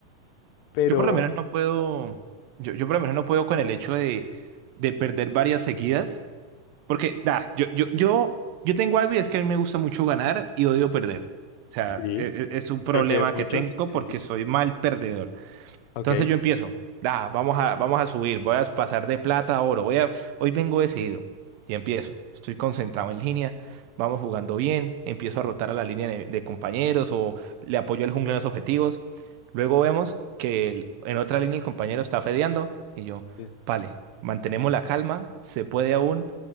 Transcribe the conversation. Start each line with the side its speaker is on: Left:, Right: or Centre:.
Left: Pero,
Right: Yo por lo menos no puedo, yo, yo por lo menos no puedo con el hecho de, de perder varias seguidas Porque, da, yo, yo, yo, yo tengo algo y es que a mí me gusta mucho ganar y odio perder. O sea,
Left: sí,
Right: e- e- es, un problema
Left: Creo que hay muchos,
Right: que tengo
Left: sí,
Right: porque
Left: sí.
Right: soy mal perdedor.
Left: Ok.
Right: Entonces yo empiezo, da, vamos a, vamos a subir, voy a pasar de plata a oro, voy a, hoy vengo decidido y empiezo. Estoy concentrado en línea, vamos jugando bien, empiezo a rotar a la línea de, de compañeros o le apoyo al jungla en los objetivos. Luego vemos que el- en otra línea el compañero está fedeando y yo,
Left: Sí.
Right: vale, mantenemos la calma, se puede aún